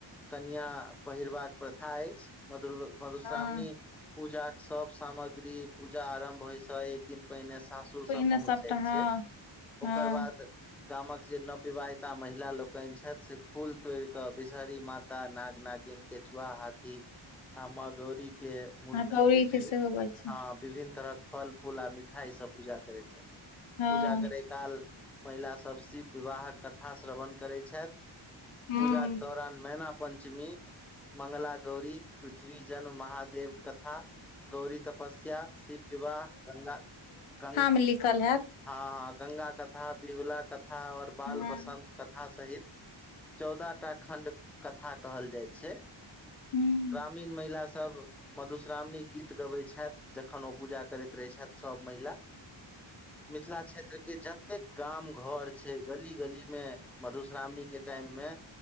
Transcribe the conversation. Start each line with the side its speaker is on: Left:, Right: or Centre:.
Centre: कनिया पहिरबाक प्रथा अछि मधु मधुश्रावणी
Left: हँ
Centre: पूजा के सब सामग्री पूजा आरम्भ होय छै एक एक दिन पहिने सासुर से
Left: पहिने
Centre: पहुँच
Left: सबटा
Centre: जाइत छै
Left: हँ
Centre: ओकर
Left: हँ
Centre: बाद गामक जे नब विवाहिताा महिला लोकनि छथि से फूल तोड़ क विषहरी माता नाग नागिन केंचुआ हाथी आ मदौरी के मूर्ति
Left: आ गौरी
Centre: के विभ
Left: सेहो बड़ छै
Centre: हँ विभिन्न तरह फल फूल आ मिठाइ सभ पूजा करैत छै
Left: हँ
Centre: पूजा करै काल महिला सब शिव विवाहक कथा श्रवण करै छथि
Left: हूँ
Centre: पूजा के दौरान मैना पञ्चमी मगला गौरी पृथ्वी जन्म महादेव कथा गौरी तपस्या शिव विवाहह ग्गा गा
Left: मि लिखल हैत
Centre: हँ हँ गंगा कथा बिहुला कथा और बाल
Left: हूँ
Centre: बसंत कथा सहित चौदह टा खंड कथा कहल जाइ छै
Left: हूँ
Centre: ग्रामीण महिला सब मधुश्रावणी गीत गबैत छथि जखन ओ पूजा करैत रहैत छथि सभ महिला
Left: <inaudible>
Centre: मिथिला क्षेत्र के जतेक गाम घर छै गली गली मे मधुश्रावणी के टाइम मे